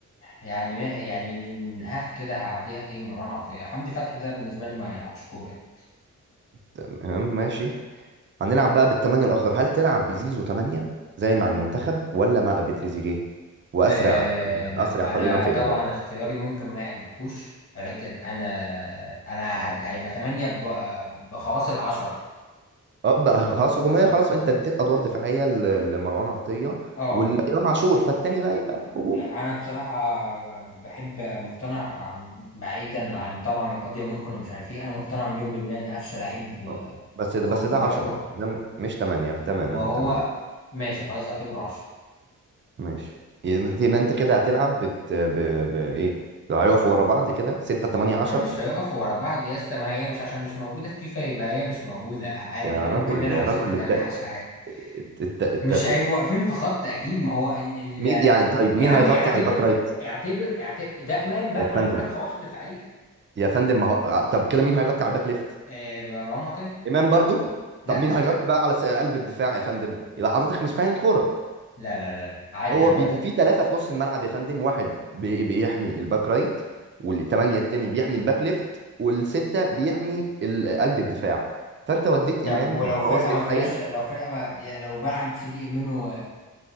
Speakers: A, on the left; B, on the right.
A: يعني ما يعني من ها كده هعديها ايه مروان عطية حمدي فتحي ده بالنسبة لي ما يلعبش كورة يعني
B: تمام ماشي هنلعب بقى بالتمانية الاخر هل تلعب بزيزو تمانية زي مع المنتخب ولا مع بتريزيجيه واسرع
A: آه
B: قليلا
A: لا
B: اسرع
A: انا
B: قليلا في
A: طبعا
B: اجابات
A: اختياري ممكن ما يعجبكوش ولكن انا انا هد... هيبقى 8 ب... بخواص العشرة
B: اه بقى خلاص هجوميه خلاص انت اديت ادوار دفاعيه ل- لمروان عطيه
A: اه
B: والامام عاشور فالتاني بقى يبقى هجومي
A: انا بصراحه بحب مقتنع بعيدا عن طبعا القضيه ممكن ومش عارف ايه انا مقتنع مليون بالميه ان قفشه لعيب
B: اه، بس ده
A: ق-
B: بس ده
A: قدراته
B: 10 ده م- مش 8 تماما
A: ما هو
B: تماما
A: ماشي خلاص اعتبره عشرة
B: ماشي يبقى ما انت كده هتلعب بت... ب... ب... ايه لو هيقفوا ورا بعض كده 6 8 10
A: ما هو مش هيقف ورا بعض يا اسطى ما هي مش عشان مش موجوده في فيفا يبقى هي مش موجوده عادي
B: يا رجل
A: ممكن نلعب
B: يا رجل
A: 6 8
B: الت...
A: 10 عادي
B: الت... الت...
A: مش
B: الت...
A: هيبقوا واقفين في خط اكيد ما هو ال
B: مين
A: ال
B: يعني طيب
A: يا
B: مين
A: عم
B: هيغطي
A: اعتبر
B: على الباك رايت
A: اعتبر اعتبر ده امام بقى
B: يا فندم
A: ما انا بقول لك خواصه دفاعيه
B: يا فندم ما هو طب كده مين هيغطي على الباك ليفت
A: آه، مروان عطيه
B: امام برضو
A: لا
B: طب مين هيغطي بقى على س- قلب الدفاع يا فندم يبقى حضرتك مش فاهم كوره
A: لا لا لا عادي
B: هو
A: عامة
B: بيبقى فيه ثلاثة في نص الملعب يا فندم واحد بي- بيحمي الباك رايت والثمانية التاني بيحمي الباك ليفت والستة بيحمي ال- قلب الدفاع فأنت وديت
A: طب
B: إمام
A: ولو
B: بخواص
A: فرقة
B: دفاعية
A: ما فيهاش لو فرقة ما يا- لو بلعب سي دي منه